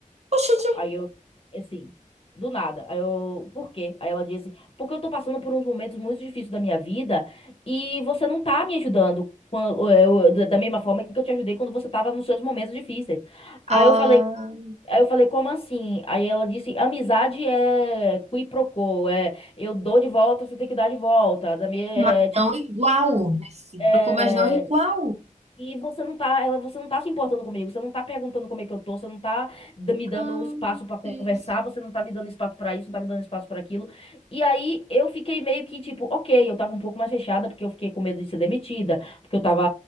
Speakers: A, on the right; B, on the left.
A: Oxe, gente.
B: Aí eu, assim, do nada. Aí eu, por quê? Aí ela disse, porque eu tô passando por uns momentos muito difíceis da minha vida e você não tá me ajudando. quan- eu- eu- Da da mesma forma que eu te ajudei quando você tava nos seus momentos difíceis.
A: Ah,
B: Aí eu falei, Aí eu falei, como assim? Aí ela disse, amizade é qui pro quo, é eu dou de volta, você tem que dar de volta. Da me- É,
A: mas
B: tipo,
A: não igual nesse
B: é,
A: troco, mas não igual.
B: e você não tá, ela, você não tá se importando comigo, você não tá perguntando como é que eu tô, você não tá da- me dando
A: Ah,
B: espaço
A: meu
B: pra conversar,
A: Deus.
B: você não tá me dando espaço pra isso, não tá me dando espaço pra aquilo. E aí eu fiquei meio que tipo, ok, eu tava um pouco mais fechada porque eu fiquei com medo de ser demitida, porque eu tava